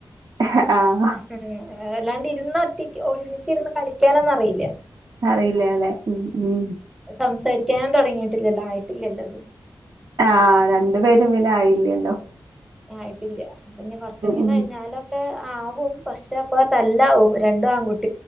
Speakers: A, on the right; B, in the centre.
A: <unintelligible>
B: ഉം അല്ലാണ്ട് ഇരുന്ന് ഒറ്റി ഒരിമിച്ചിരുന്ന് കളിക്കാനൊന്നും അറിയില്ല
A: അറിയില്ലേ അല്ലെ ഉ ഉം
B: സംസാരിക്കാൻ തുടങ്ങിയിട്ടില്ലല്ലോ ആയിട്ടിലല്ലോ
A: ആഹ് രണ്ടു പേരും പിന്നെ ആയില്ലണ്ടോ
B: ആയിട്ടില്ല പിന്നെ കൊറച്ചൂടെ
A: ഉം
B: കഴിഞ്ഞാലോ ഒക്കെ ആവും പക്ഷെ അപ്പ തല്ലും രണ്ടും ആൺകുട്ടി